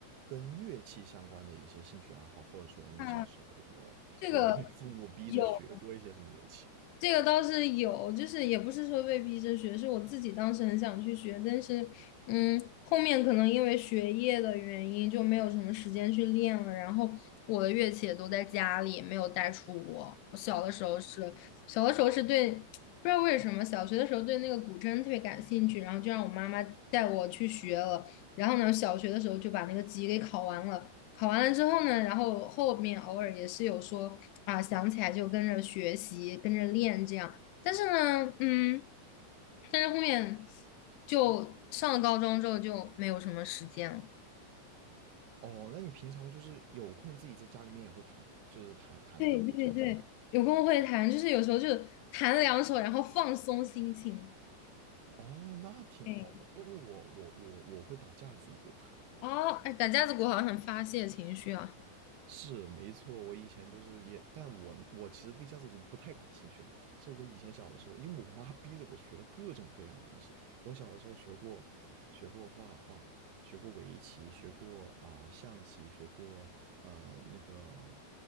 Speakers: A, on the right; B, on the left.
A: 跟乐器相关的一些兴趣爱好，或者说你小时候有没有有没有被父母逼着学过一些什么乐器？
B: 啊，这个有。这个倒是有，就是也不是说被逼着学，是我自己当时很想去学，但是，嗯，后面可能因为学业的原因就没有什么时间去练了。然后我的乐器也都在家里，没有带出国。我小的时候是，
A: 哦，
B: 小的时候是对，不知道为什么，小学的时候对那个古筝特别感兴趣，然后就让我妈妈带我去学了。然后呢，小学的时候就把那个级给考完了。考完了之后呢，然后后面偶尔也是有说啊，想起来就跟着学习，跟着练这样。但是呢，嗯，但是后面就上了高中之后就没有什么时间了。
A: 哦那你平常就是有空自己在家里面也会弹，就是弹弹一下古筝这样。
B: 对对对，有空会弹，就是有时候就弹两首，然后放松心情。
A: 哦，那挺好的，
B: 对，
A: 因为我我我我会打架子鼓。
B: 哦，哎，打架子鼓好像很发泄情绪啊。
A: 是没错，我以前就是也，但我我其实对架子鼓不太感兴趣了。是我以前小的时候，因为我妈逼着我学了各种各样的东西。我小的时候学过，学过画画，学过围棋，学过啊、象棋，学过呃那个